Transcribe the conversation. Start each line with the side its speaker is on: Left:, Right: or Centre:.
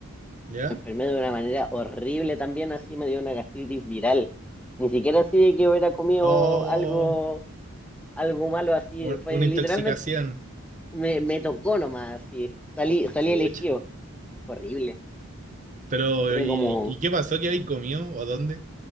Right: ya?
Centre: me enfermé de una manera horrible también, así me dio una gastritis viral. Ni siquiera así de que hubiera comido
Right: Oh,
Centre: algo, algo malo así,
Right: u-
Centre: fue
Right: una
Centre: literalmente
Right: intoxicación.
Centre: me, me tocó nomás, sí. Salí, salí
Right: Pucha.
Centre: elegido. Fue horrible.
Right: Pero,
Centre: Tuve
Right: ¿y,
Centre: como.
Right: y qué pasó? ¿Qué habéis comido? ¿O dónde?